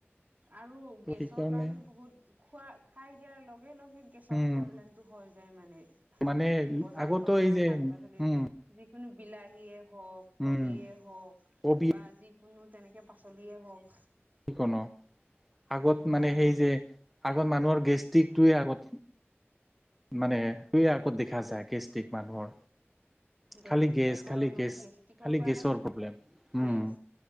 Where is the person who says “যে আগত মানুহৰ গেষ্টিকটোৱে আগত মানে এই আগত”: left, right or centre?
Centre